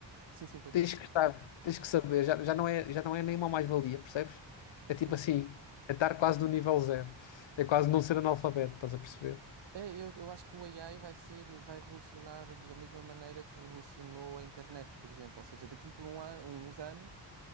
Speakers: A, on the right; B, on the left.
A: Sim, sim, continua.
B: Tens que estar, tens que saber, já, já não é, já não é nenhuma mais-valia, percebes? É
A: Sim.
B: tipo assim, é estar quase no nível zero. É quase não ser analfabeto, estás a perceber?
A: É, eu, eu acho que o AI vai ser, vai revolucionar da mesma maneira que revolucionou a internet, por exemplo. Ou seja, daqui por um an, uns anos